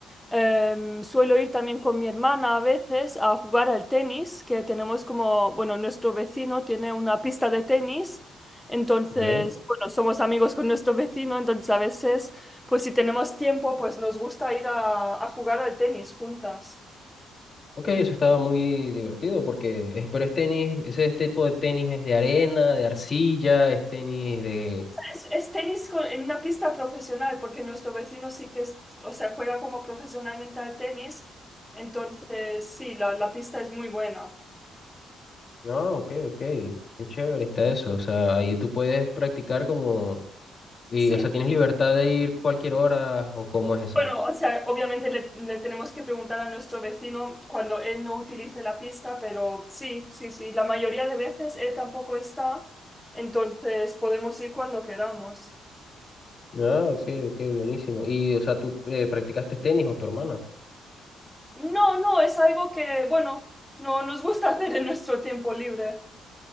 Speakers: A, in the centre; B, on the left.
A: em, suelo ir también con mi hermana a veces a jugar al tenis, que tenemos como, bueno, nuestro vecino tiene una pista de tenis, entonces,
B: okay
A: bueno, somos amigos con nuestro vecino, entonces a veces, pues si tenemos tiempo, pues nos gusta ir a a jugar al tenis juntas.
B: Ok, eso estaba muy divertido porque, es- pero es tenis, ese tipo de tenis es de arena, de arcilla, es tenis de
A: Es, es tenis con- en una pista profesional, porque nuestro vecino sí que es- o sea, juega como profesionalmente al tenis, entonces sí, la, la pista es muy buena.
B: No, ok, ok. Qué chévere está eso. O sea, ahí tú puedes practicar como... Y,
A: Sí,
B: o sea, tienes libertad de ir cualquier hora o cómo es eso.
A: bueno, o sea, obviamente le, le tenemos que preguntar a nuestro vecino cuando él no utilice la pista, pero sí, sí, sí, la mayoría de veces él tampoco está, entonces podemos ir cuando queramos.
B: No, ok, ok, buenísimo. Y, o sea, ¿tú eh, practicaste tenis o tu hermana?
A: No, no, es algo que, bueno, no nos gusta hacer en nuestro tiempo libre.